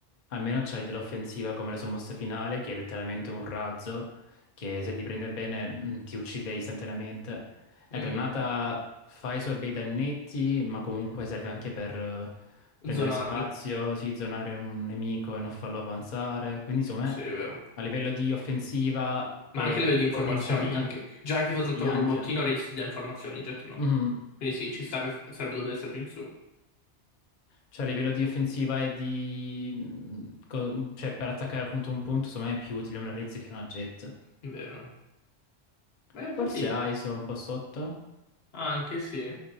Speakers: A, on the left; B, on the left.
A: almeno c'hai dell'offensiva come la sua mossa finale, che è letteralmente un razzo, che se ti prende bene mh, ti uccide istantaneamente.
B: Mm.
A: La granata fa i suoi bei dannetti, ma comunque serve anche per... eh, prendere
B: Zonarle.
A: spazio, sì, zonare un nemico e non farlo avanzare. Quindi, insomma,
B: Sì, è vero.
A: a livello di offensiva
B: Ma
A: e
B: anche le di informazioni,
A: potenza di...
B: anche... Già anche soltanto
A: Sì,
B: con
A: anche.
B: robottino registri già informazioni, jet no.
A: Mhm.
B: Quindi sì, ci sta che sarebbe dovuto essere più in su.
A: Cioè, a livello di offensiva e di... mh, co- Cioè, per attaccare appunto un punto, insomma, è più utile una Raze che una Jet.
B: Vero. Beh, infatti,
A: Forse ISO è un po' sotto.
B: anche sì.